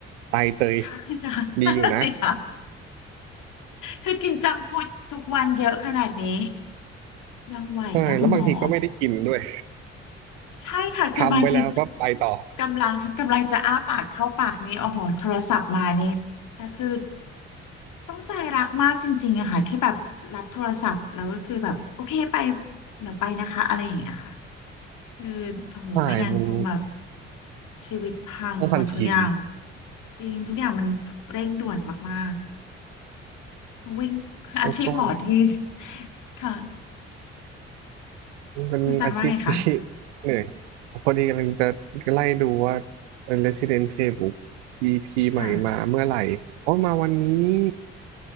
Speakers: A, on the right; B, on the left.
A: ไตเตย
B: <laughs> ใช่ค่ะนั่นน่ะสิค่ะ
A: ดีอยู่นะ
B: คือกินจังก์ฟู้ดทุกวันเยอะขนาดนี้ยังไหวนะคุณหมอ
A: ใช่แล้วบางทีก็ไม่ได้กินด้วย
B: ใช่ค่ะคือบางที
A: ทำไว้แล้วก็ไปต่อ
B: กำลังกำลังจะอ้าปากเข้าปากนี่โอ้โหโทรศัพท์มานี่แต่คือต้องใจรักมากจริงๆอะค่ะที่แบบรับโทรศัพท์แล้วก็คือแบบโอเคไปเดี๋ยวไปนะคะอะไรอย่างเงี้ยค่ะ คือโอ้โหไม่งั้นคงแบบ
A: ใช่มัน
B: ชีวิตพังหมดทุกอย่าง
A: ต้องทันที
B: จริงทุกอย่างมันเร่งด่วนมากๆวิ่ง <laughs> อาชีพหมอที่
A: ต้องต้น
B: ค่ะ
A: มันเป็นอาชีพที่
B: คุณจันว่าไงคะ
A: <laughs> เหนื่อยพอดีกำลังจะไล่ดูว่า Resident Playbook EP ใหม่มาเมื่อไหร่อ๋อมาวันนี้
B: ค่ะ